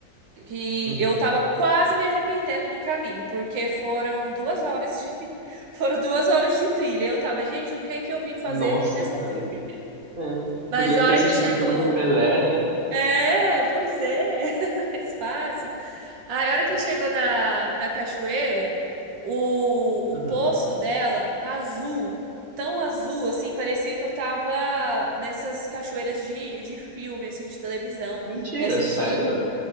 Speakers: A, on the right (about 80°); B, on the right (about 55°).
A: que
B: Uhum.
A: eu tava quase me arrependendo no caminho, porque foram duas horas de, <laughs> foram duas horas de trilha. Eu tava, gente, o que que eu vim fazer
B: Nossa,
A: aqui nessa
B: cara.
A: trilha?
B: É,
A: Mas
B: podia
A: a
B: ter
A: hora
B: assistido
A: que chegou,
B: o filme do Pelé, né?
A: é, pois é, <laughs> mais fácil. Aí, a hora que chegou na, na cachoeira, o,
B: Uhum.
A: o poço dela, azul, tão azul, assim, parecia que eu tava nessas cachoeiras de, de filme, assim, de televisão.
B: Mentira,
A: Essas
B: sério?
A: de,